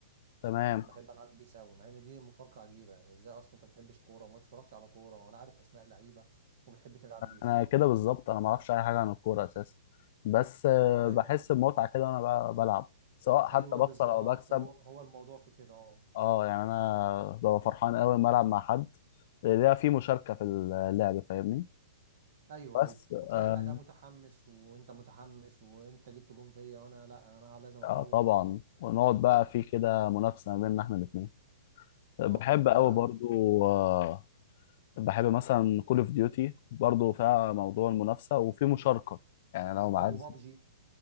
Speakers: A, on the left; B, on the right.
A: تمام
B: بحب العب بيس قوي مع ان دي مفارقة عجيبة يعني ازاي اصلا انت ما بتحبش كورة وما تتفرجش على كورة ولا عارف اسماء اللعيبة وبتحب تلعب بيس
A: انا كده بالظبط انا ما اعرفش اي حاجه عن الكوره اساسا بس آه،
B: ايوه
A: بحس بمتعه كده وانا ب- بلعب سواء حتى
B: ايوه
A: بخسر
B: بالظبط
A: او بكسب
B: هو هو الموضوع في كده اه
A: اه يعني انا ببقى فرحان قوي لما العب مع حد ليها في مشاركه في اللعب فاهمني
B: ايوه
A: بس
B: ايوه وتلاقي
A: اه
B: بقى ده متحمس وانت متحمس وانت جبت جون فيا وانا لا انا لازم
A: آه،
B: اعوض
A: طبعا
B: و...
A: ونقعد بقى في كده منافسه ما بيننا احنا الاثنين بحب
B: اه
A: قوي
B: لا
A: برضو آه، بحب مثلا كول اوف ديوتي برضو فيها موضوع المنافسه وفي مشاركه يعني لو
B: طب
A: عايز
B: وبابجي